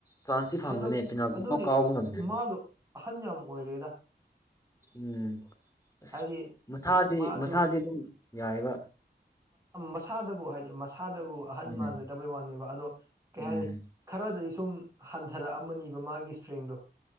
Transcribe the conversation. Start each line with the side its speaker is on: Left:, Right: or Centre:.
Left: ꯆꯥꯟꯁꯇꯤ
Right: ꯍꯟꯗꯛ
Left: ꯐꯪꯕꯅꯦ ꯄꯦꯅꯥꯜꯇꯤ
Right: ꯑꯗꯨꯗꯤ
Left: ꯐꯥꯎ ꯀꯥꯎꯕ ꯉꯝꯗ꯭ꯔꯦ
Right: ꯃꯥꯗꯣ ꯑꯍꯟ ꯌꯥꯝ ꯑꯣꯏꯔꯦꯗ
Left: ꯎꯝ ꯑꯁ
Right: ꯍꯥꯏꯗꯤ
Left: ꯃꯊꯥꯗꯤ
Right: ꯃꯥꯁꯨ
Left: ꯃꯁꯥꯗꯤ ꯑꯗꯨꯝ ꯌꯥꯏꯌꯦꯕ
Right: ꯃꯁꯥꯗꯕꯨ ꯍꯥꯏꯗꯤ ꯃꯁꯥꯗꯕꯨ ꯑꯍꯟ
Left: ꯎꯝ
Right: ꯃꯥꯟꯖꯗꯕꯩ ꯋꯥꯅꯦꯕ ꯑꯗꯣ ꯀꯩ
Left: ꯎꯝ
Right: ꯍꯥꯏꯅꯤ ꯈꯔꯗꯤ ꯁꯨꯝ ꯍꯟꯊꯔꯛꯑꯃꯅꯤꯕ ꯃꯥꯒꯤ ꯏꯁꯇ꯭ꯔꯦꯡꯗꯣ